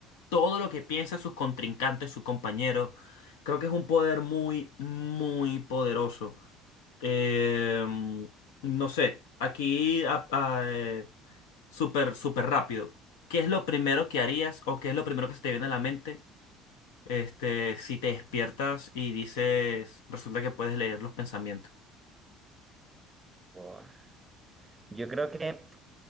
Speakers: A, on the left; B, on the right.
A: todo lo que piensa sus contrincantes, sus compañeros. Creo que es un poder muy, muy poderoso. Eh, no sé, aquí a- a, eh, súper, súper rápido. ¿Qué es lo primero que harías o qué es lo primero que se te viene a la mente, este, si te despiertas y dices, resulta que puedes leer los pensamientos?
B: Guau. Yo creo que,